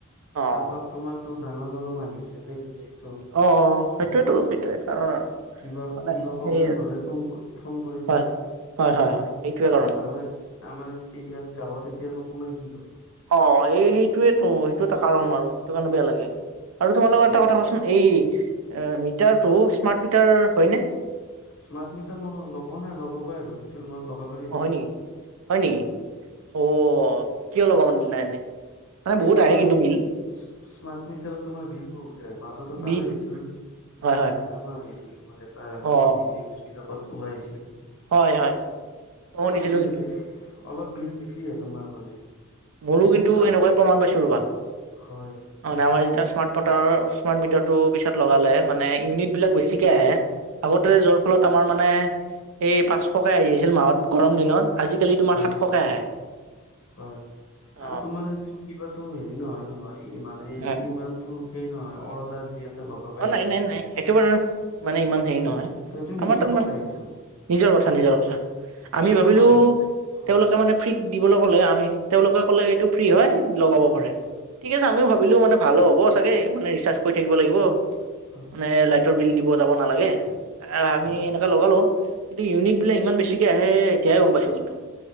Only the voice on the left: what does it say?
আৰু তাত তোমাৰতো ডাঙৰ ডাঙৰ মানুহ বিলাকেই থাকে চ'ব।
কিবা,
কিবা প্ৰব্লেম
হ'লে ফোন ফোন কৰি
দিয়ে।
আমাৰ আমাৰ এ এই ইয়াত গাঁৱত এতিয়া নো কোনে কি ক'ব?
উম
স্মাৰ্ট মিটাৰ মই লগোৱা নাই। লগাব আহিবা খুজছিল মই লগাব নিদিলো।
উম
উম
এ
স্মাৰ্ট
মি
স্মাৰ্ট মিটাৰত তোমাৰ বিল বহুত আহে। মাজতে তাৰে
হৈ টো
হা গামা আছিল তোমাৰ এটা
মানে যি নিউজ বিলাকত ওলাইছিল।
অলপ
বিল
বেছি, অলপ বিল বেছি আহে তোমাৰ মানে।
আৰু
হয়।
বেছিকে
হয়
হয়
আৰু তোমাৰ সেইটো কিবাতো হেৰি নহয় নহয়, মানে এইটো
ইমানটো সেই নহয় অৰ্দাৰ যি আছে। লগাবই
লাগিব
ত এইটো
নিজৰ
কথা
এইটো
কিন্তু
মানুহ হয়
হয়
<unintelligible>
হয়